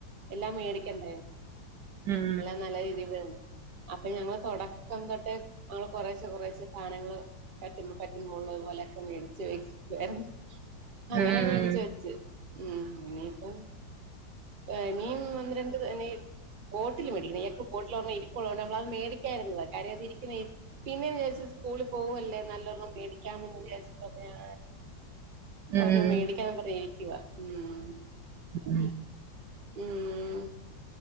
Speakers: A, on the right; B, on the right.
A: എല്ലാം മേടിക്കണ്ടേ
B: ഉം
A: എല്ലാം നല്ല രീതി വേണം അപ്പൊ ഞങ്ങള് തൊടക്കം തൊട്ട് നമ്മള് കൊറേശ്ശെ കൊറേശ്ശെ സാനങ്ങള് പറ്റുമ്പോ പറ്റുമ്പോ ഉള്ളത് പോലെയൊക്കെ മേടിച്ച് വെയ് <unintelligible> അങ്ങനെ
B: ഉം ഉം ഉം ഉം
A: മേടിച്ച വെച്ച് ഉം ഇനീപ്പം എനിയും ഒന്ന് രണ്ട് എനി ബോട്ടില് മേടിക്കണം <unintelligible> ബോട്ടിലൊരെണ്ണം ഇരിപ്പുള്ളോണ്ട് നമ്മളത് മേടിക്കായിരുന്നതാ കാര്യം അത് ഇരിക്കുന്ന എ പിന്നെ ന്ന് വിചാരിച്ച സ്കൂളിൽ പോവല്ലേ നല്ലൊരെണ്ണം മേടിക്കാമെന്ന് വിചാരിച്ചിട്ട് അപ്പൊ ഞാൻ
B: ഉം
A: ഒരെണ്ണം
B: ഉം ഉം
A: മേടിക്കാന്നും പർഞ് രിക്കുവ ഉം
B: <unintelligible>
A: ഉം